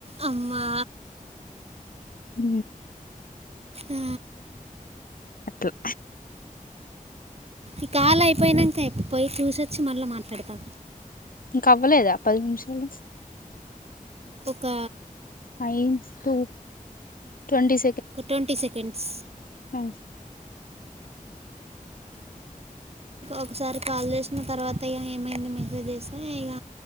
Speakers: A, on the right; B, on the left.
A: అమ్మా
B: అ
A: ఆ,
B: అప్పుడు
A: ఈ కాలు అయిపోయినంక ఎప్పుపోయి చూసోచ్చి మళ్ళ మాట్లాడతా
B: ఇంక అవ్వలేదు పది నుమిష హలో
A: ఒక
B: nines two twenty
A: twenty seconds
B: అ
A: ఒకసారి కాల్ చేసిన తర్వాత ఇక ఏమైంది మెసేజ్ చేస్తే ఇక